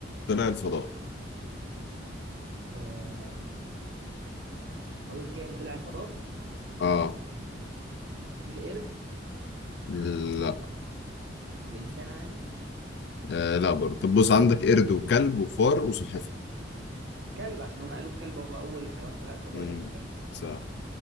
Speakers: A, on the left; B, on the right.
A: طلع الفضاء
B: آه، اول كائن طلع الفضاء
A: اه
B: القرد
A: لا
B: الانسان عادي
A: آه... لا برضه طب بص عندك قرد وكلب وفار وسلحفاة
B: الكلب عشان هم قالوا الكلب هو اول حيوان طلع الفضاء
A: مم،
B: يبقى الكلب
A: صح